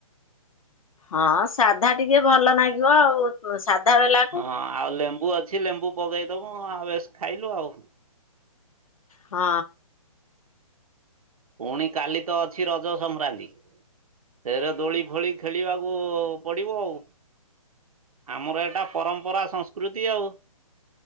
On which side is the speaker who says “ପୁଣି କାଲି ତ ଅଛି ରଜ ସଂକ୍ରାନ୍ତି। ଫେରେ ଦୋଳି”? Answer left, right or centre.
Right